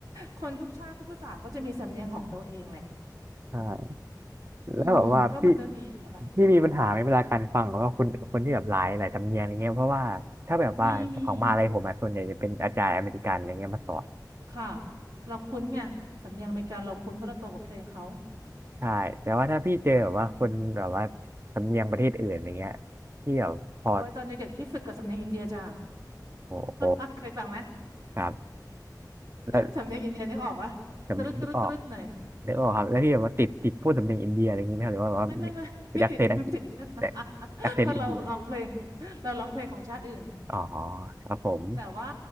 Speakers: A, on the right; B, on the right.
A: คนทุกชาติทุกภาษาก็จะมีสำเนียงของตัวเองแหละ
B: ใช่
A: อืมก็มันจะมีอย่างเงี้ยแหละ
B: แล้วแบบว่าพี่พี่มีปัญหาไหมเวลาการฟังของว่าคนคนที่แบบหลายหลายสำเนียงอย่างเงี้ยเพราะว่าถ้าแบบว่าของมหาลัยผมอะส่วนใหญ่จะเป็นอาจารย์อเมริกันอะไรเงี้ยมาสอน
A: มีมีค่ะ เราคุ้นไงสำเนียงอเมริกันเราคุ้นเพราะเราโตกับเพลงเขา
B: ใช่แต่ว่าถ้าพี่เจอแบบว่าคนแบบว่า
A: อืม
B: สำเนียงประเทศอื่นอะไรเงี้ยพี่แบบพอ
A: โอ้ยตอนเด็กๆพี่ฝึกกับสำเนียงอินเดียจ้า
B: โอ้โห
A: <laughs> เคยฟังไหม
B: ครับแล้ว
A: สำเนียงอินเดียนึกออกปะตรึดตรึดตรึดหน่อย
B: จำนึกออกนึกออกครับแล้วพี่แบบว่าติดติดพูดสำเนียงอินเดียอะไรเงงี้ยไหมครับหรือว่าแบบว่ามีเป็นแอคเซนต์อังกฤษแต่
A: ไม่ไม่ไม่ไม่ติด <laughs> ไม่ติด <laughs>
B: แอคเซนต์อินเดีย
A: เพราะเราร้องเพลงเราร้องเพลงของชาติอื่น
B: อ๋อครับผม
A: แต่ว่า